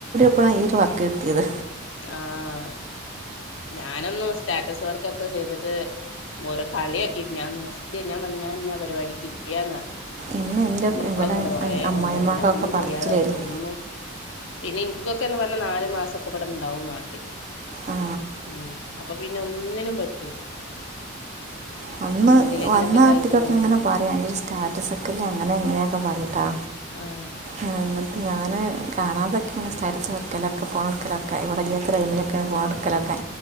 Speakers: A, on the right; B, on the left.
A: ഇപ്പോഴാണ് ഈ ഒരു വർക്ക് കിട്ടിയത്
B: ആഹ ഞാനൊന്നു സ്റ്റാറ്റസ് വർക്കൊക്കെ ചെയ്തിട്ട് ഓരോ കളിയാക്കിട്ട ഞൻ നിർത്തി ഞാൻ പറ ഞാ ഞാ പപടിിക്കല്ലയന്ന്ഞ്ഞ
A: ഇന്ന് എൻ്റെ
B: അതന്ന ഇപ്പളൊന്നുംല്ല
A: ഇവിടെ
B: കൊറ
A: അമ്മായിമ്മക്കൊക്കെ
B: മുന്നേ പിന്നെ ഒന്നും
A: പറച്ചിലായിരുന്നു
B: ചെയ്യാതായിട്ടും ഒന്നും പിന്നെ ഇനിക്കൊക്കെ എന്ന് പറഞ്ഞാ നാല് മാസമൊക്കെ ഇവിടെ ഇണ്ടാവും നാട്ടില്
A: ആ
B: ഉം അപ്പൊ പിന്നെ ഒന്നിനും പറ്റൂല
A: വന്ന്
B: എന്തിലെങ്കിലൊക്കെ
A: വന്ന
B: ഇതായിട്ടുണ്ടെങ്കില്
A: ആട്ടിക്കൊക്കെ ഇങ്ങനെ പറയാ എന്റെ ഒരു സ്റ്റാറ്റസ ഒക്കെല്ല അങ്ങനെ എങ്ങനെയൊക്കെ പറയട്ടാ
B: ആഹ്
A: ആ ഞൻ കാണാതൊക്കെയാണ്റ്റാരിച്ച വക്കലൊക്കെ ഫോൺ എടുക്കലൊക്കെ ഇവിടെ അല്ലിയാത്ത ടൈമിലൊക്കെയാണ് ഫോൺ എടുക്കലൊക്കെ